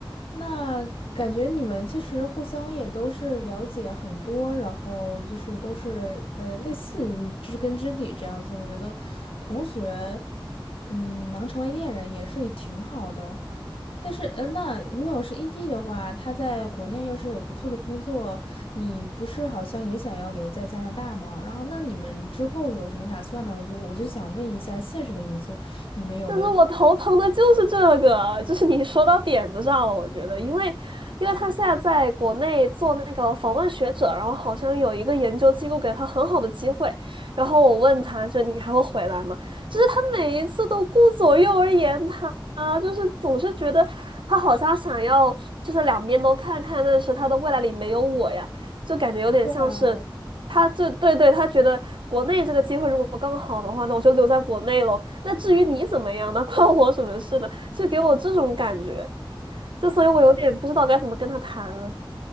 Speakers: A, on the left (about 85°); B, on the right (about 65°).
A: 那感觉你们其实互相也都是了解很多，然后就是都是呃类似于知根知底这样子。我觉得同学，嗯，能成为恋人也是挺好的。但是，呃，那如果要是异地的话，他在国内要是有不错的工作，你不是好像也想要留在加拿大吗？然后，那你们之后有什么打算呢？如我就想问一下现实的因素，你们有没有考？
B: 但是我头疼的就是这个，就是你说到点子上了，我觉得，因为，因为他现在在国内做那个访问学者，然后好像有一个研究机构给他很好的机会，然后我问他，就你还会回来吗？就是他每一次都顾左右而言他，就是总是觉得他好像想要就是两边都看看，但是他的未来里没有我呀，就感觉有点像是。
A: 对啊，我
B: 他就对对，他觉得国内这个机会如果刚好的话，那我就留在国内喽。那至于你怎么样呢，关我什么事呢？就给我这种感觉，就所以我有点不知道该怎么跟他谈了。